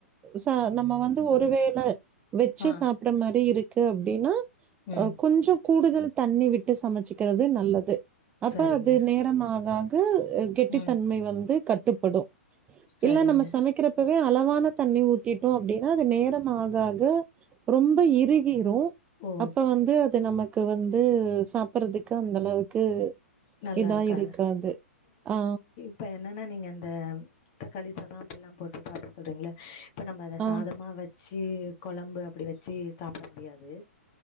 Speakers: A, on the right; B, on the left.
A: ச நம்ம வந்து ஒருவேளை வெச்சி
B: ஆ
A: சாப்பற மாரி இருக்கு அப்டின்னா
B: ம்
A: ஆ கொஞ்ச கூடுதல் தண்ணி விட்டு சமைச்சுக்கிறது நல்லது அப்ப
B: சரிங்க
A: அது நேரமாக ஆக கெட்டித்தன்மை
B: ம்
A: வந்து கட்டுப்படும்
B: சரிங்க
A: இல்ல நம்ம சமைக்கிற இப்பவே அளவான தண்ணி ஊத்திட்டோ அப்டின்னா அது நேரம் ஆக ஆக ரொம்ப இறுவிரு
B: ஓ
A: அப்ப வந்து அது நமக்கு வந்து சாப் அறதுக்கு அந்த அளவுக்கு
B: நல்லாருக்கா
A: இதா இருக்காது ஆ
B: இப்போ என்னன்னா நீங்கள் அந்த தக்காளி சாதாம் அப்டிலாம் போட்டு சாப்பிட சொல்றீங்கள இப்போ நம்ம அத
A: ஆ
B: சாதமாக வச்சி கொழம்பு அப்டி வச்சி சாப் சாப்பிட முடியாது